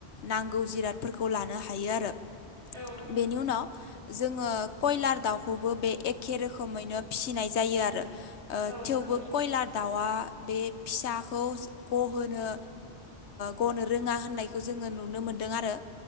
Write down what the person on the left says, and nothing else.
नांगौ जिरादफोरखौ लानो हायो आरो
बेनि
उनाव जोङो कयलार दाउखौबो बे एखे रोखोमैनो फिसिनाय जायो आरो
थेवबो
कयलार दाउआ बे फिसाखौ गहोनो गनो रोङा होननायखौ जोङो नुनो मोनदों आरो